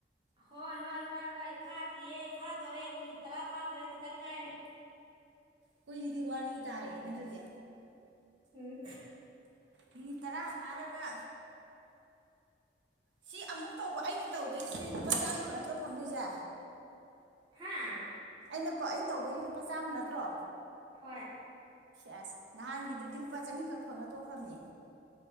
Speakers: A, on the right; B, on the right.
A: ꯍꯣꯏ ꯍꯣꯏ ꯍꯣꯏ ꯍꯣꯏ ꯐꯥꯗ꯭ꯔꯤꯌꯦ ꯐꯥꯗꯣꯔꯦ ꯃꯤꯅꯤꯠ ꯇꯔꯥ ꯐꯥꯗꯣꯔꯦ ꯈꯤꯇꯪ ꯉꯥꯏꯔꯦ
B: ꯀꯨꯏꯗꯤ ꯋꯥꯔꯤ ꯇꯔꯦꯅꯦ ꯑꯗꯨꯗꯤ
A: ꯎꯝ
B: ꯃꯤꯅꯤꯠ ꯇꯔꯥ ꯐꯥꯔꯒ ꯁꯤ ꯑꯃꯨꯛ ꯇꯧꯕ ꯑꯩꯅ ꯇꯧꯕꯩ ꯁꯤ ꯂꯨꯄꯥ ꯆꯥꯝꯃ ꯅꯠꯇ꯭ꯔꯣ ꯐꯪꯗꯣꯏꯁꯦ
A: ꯍꯥꯥ
B: ꯑꯩꯅꯄ ꯑꯩꯅ ꯇꯧꯕꯩ ꯂꯨꯄꯥ ꯆꯥꯝꯃ ꯅꯠꯇ꯭ꯔꯣ
A: ꯍꯣꯏ
B: ꯑꯦꯁ ꯅꯍꯥꯟꯒꯤꯗꯨꯗꯤ ꯂꯨꯄꯥ ꯆꯅꯤꯈꯛ ꯐꯪꯉ ꯇꯣꯛꯈ꯭ꯔꯕꯅꯦ